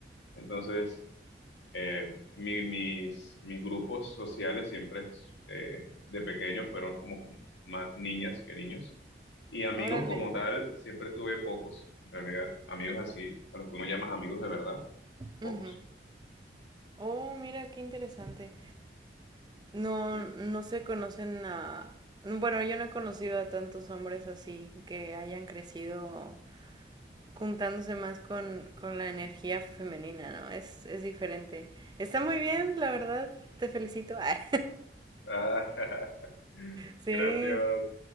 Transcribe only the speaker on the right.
Órale.
Ujú. Oh, mira, qué interesante. No,
no se conocen a... Bueno, yo no he conocido a tantos hombres así que hayan crecido juntándose más con, con la energía femenina, ¿no? Es, es diferente. Está muy bien, la verdad. Te felicito. <laughs> Ah,
Sí,